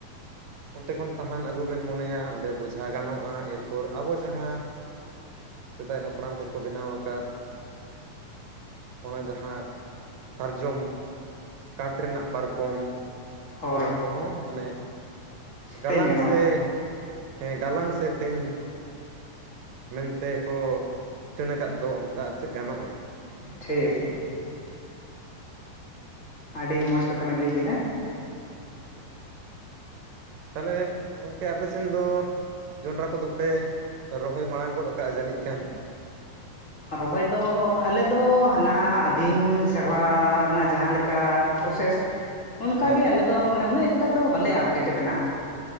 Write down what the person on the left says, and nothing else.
ᱦᱳᱭ
ᱛᱮᱧ ᱜᱟᱱᱚᱜᱼᱟ
ᱴᱷᱤᱠ ᱟᱹᱰᱤ ᱢᱚᱸᱡᱽ ᱠᱟᱛᱷᱟ ᱵᱮᱱ ᱞᱟᱹᱭ ᱠᱮᱫᱟ ᱾
ᱨᱚᱦᱚᱭ ᱫᱚ ᱟᱞᱮᱫᱚ ᱦᱟᱱᱟ ᱟᱹᱫᱤᱢ ᱥᱮᱨᱣᱟ ᱨᱮᱱᱟᱜ ᱡᱟᱦᱟᱸ ᱞᱮᱠᱟ ᱯᱨᱚᱥᱮᱥ ᱚᱱᱠᱟᱜᱮ
ᱟᱞᱮ ᱫᱚ ᱢᱟᱱᱮ ᱩᱱᱟᱹᱜ ᱮᱠᱴᱟ ᱫᱚ ᱵᱟᱞᱮ ᱟᱯᱰᱮᱴ ᱠᱟᱱᱟ ᱾